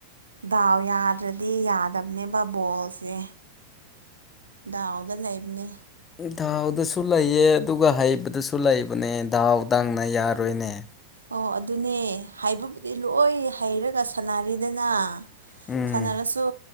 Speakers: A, on the right; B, on the left.
A: ꯗꯥꯎ ꯌꯥꯗ꯭ꯔꯗꯤ ꯌꯥꯗꯕꯅꯦꯕ ꯕꯣꯜꯁꯦ ꯗꯥꯎꯗ ꯂꯩꯕꯅꯦ
B: ꯗꯥꯎꯗꯁꯨ ꯂꯩꯌꯦ ꯑꯗꯨꯒ ꯍꯩꯕꯗꯁꯨ ꯂꯩꯕꯅꯦ ꯗꯥꯎ ꯗꯪꯅ ꯌꯥꯔꯣꯏꯅꯦ
A: ꯑꯣ ꯑꯗꯨꯅꯦ ꯍꯥꯏꯕꯕꯨꯗꯤ ꯂꯣꯏ ꯍꯩꯔꯒ ꯁꯅꯔꯤꯗꯅ
B: ꯎꯝ
A: ꯁꯥꯟꯅꯔꯁꯨ